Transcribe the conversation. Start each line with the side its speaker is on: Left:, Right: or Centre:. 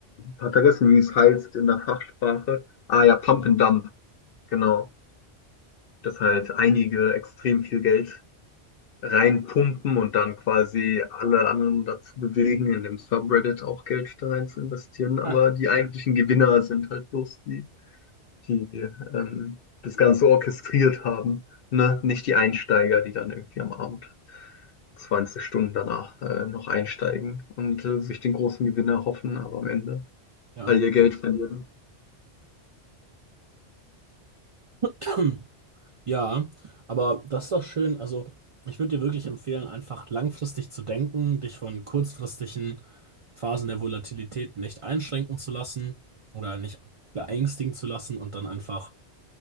Left: hab vergessen, wie es heißt in der Fachsprache. Ah ja, Pump and Dump, genau. Dass halt einige extrem viel Geld reinpumpen und dann quasi alle anderen dazu bewegen, in dem Subreddit auch Geld da rein zu investieren. Aber
Right: <laughs>
Left: die eigentlichen Gewinner sind halt bloß die die ähm, das Ganze orchestriert haben, ne? Nicht die Einsteiger, die dann irgendwie am Abend 20 Stunden danach äh, noch einsteigen und äh, sich den großen Gewinn erhoffen, aber am Ende
Right: Ja.
Left: all ihr Geld verlieren.
Right: <clears throat> Ja, aber das ist doch schön. Also, ich würde dir wirklich empfehlen, einfach langfristig zu denken, dich von kurzfristigen Phasen der Volatilität nicht einschränken zu lassen oder nicht beängstigen zu lassen und dann einfach,